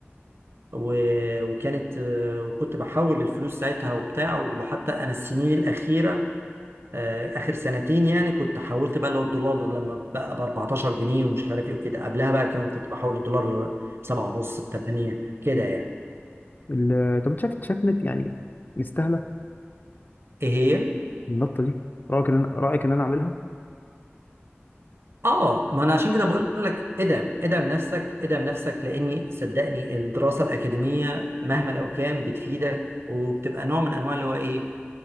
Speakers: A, on the right; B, on the left.
A: و... وكانت آه، وكنت بحول الفلوس ساعتها وبتاع وحتى انا السنين الاخيره آه، اخر سنتين يعني كنت حولت بقى اللي هو الدولار لما بقى ب 14 جنيه ومش عارف ايه وكده قبلها بقى كان كنت بحول الدولار ب 7 ونص ب 8 كده
B: مم.
A: يعني
B: ال- طب شايف شايف انك يعني مستاهله
A: ايه هي
B: النطه دي رايك ان انا رايك ان انا اعملها
A: اه ما انا عشان كده بقول لك ادعم ادعم نفسك ادعم نفسك لاني صدقني الدراسه الاكاديميه مهما لو كان بتفيدك وبتبقى نوع من انواع اللي هو ايه